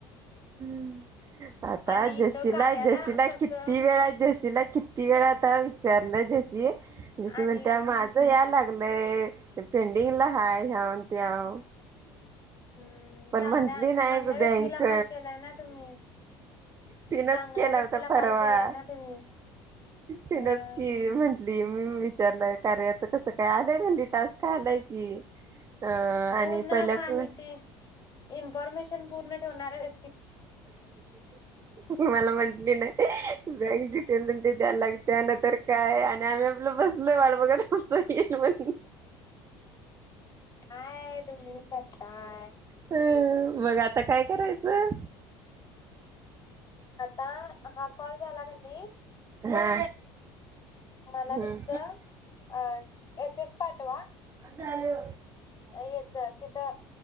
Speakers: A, on the right; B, on the left.
A: <inaudible> आता
B: आणि इथं
A: जशीला,
B: कार्याला
A: जशीला
B: कसं
A: किती वेळा जशीला? किती वेळ आता विचारलं जशी? जशी
B: आणि
A: म्हणतीया माझं याय लागलय. नाई पेंडिंगला हाय ह्याव त्याव
B: हम्म
A: पण
B: चांगल्या
A: म्हंटली नाही
B: चांगल्या
A: बँक
B: व्यक्तीला कॉल केलाय ना तुम्ही
A: तिनच
B: चांगल्या
A: केला
B: व्यक्तीला
A: होता. परवा
B: कॉल केलाय ना तुम्ही
A: तिनच
B: अ
A: की म्हंटली मी विचारलय कार्याच कस काय? आलंय म्हणली टास्क आलाय की, अ
B: पूर्ण
A: आणि पहिल्याच
B: माहिती इन्फॉर्मेशन पूर्ण ठेवणार आहे.
A: मला म्हंटली नाही. बँक डिटेल ते द्यायला लागतीयान अन् तर काय? आणि आम्ही आपलं बसलोय वाट बघत बसलोय येईल म्हनून
B: काय तुम्ही करताय?
A: अ मग आता काय करायचं?
B: आता हा कॉल झाला कनी
A: हा.
B: मला
A: हम्म
B: तुमचं अ एस एस पाठ अवा
A: जााल
B: हेच तिथं